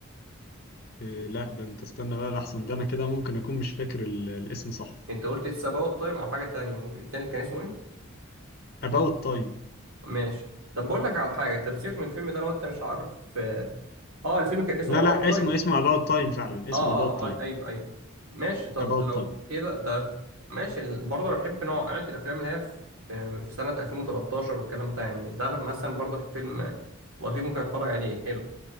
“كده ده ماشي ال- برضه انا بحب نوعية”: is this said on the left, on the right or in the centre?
Right